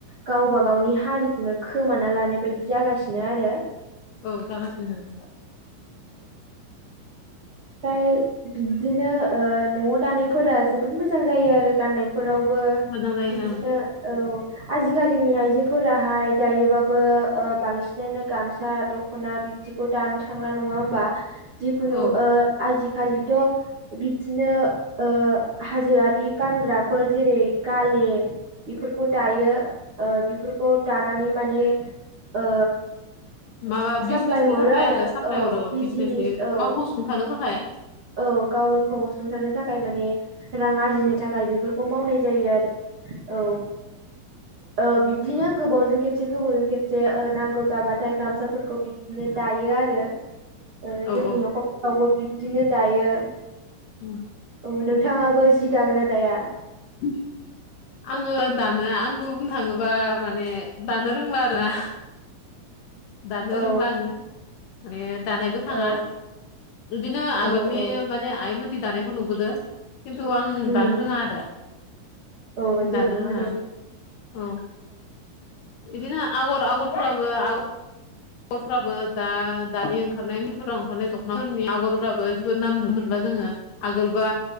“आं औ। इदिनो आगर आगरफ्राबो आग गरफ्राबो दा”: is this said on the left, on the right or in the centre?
Left